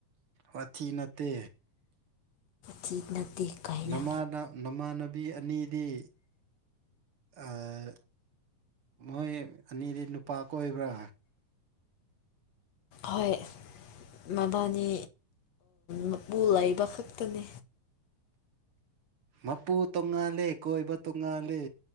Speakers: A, on the right; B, on the left.
A: ꯋꯥꯊꯤ ꯅꯠꯇꯦ
B: ꯊꯤ ꯅꯠꯇꯦ ꯀꯥꯏꯅ
A: ꯅꯥꯃꯗ ꯅꯃꯥꯟꯅꯕꯤ ꯑꯅꯤꯗꯤ ꯑꯥ ꯃꯣꯏ ꯑꯅꯤꯗꯤ ꯅꯨꯄꯥ ꯀꯣꯏꯕ꯭ꯔꯥ
B: ꯍꯣꯏ ꯃꯕꯥꯅꯤ ꯃꯄꯨ ꯂꯩꯕ ꯈꯛꯇꯅꯦ
A: ꯃꯄꯨ ꯇꯣꯉꯥꯂꯦ ꯀꯣꯏꯕ ꯇꯣꯉꯥꯂꯦ